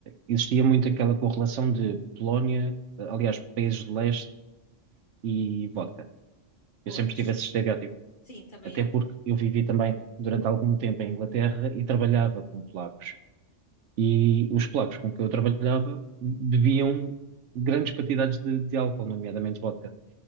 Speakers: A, on the right (about 70°); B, on the left (about 45°).
A: existia muito aquela correlação de Polónia, ah, aliás, países de leste e vodka.
B: Pois,
A: Eu sempre tive esse estereótipo,
B: sim, também
A: até
B: eu.
A: porque eu vivi também durante algum tempo em Inglaterra e trabalhava com polacos. E os polacos com que eu trabalhava bebiam grandes quantidades de, de álcool, nomeadamente vodka.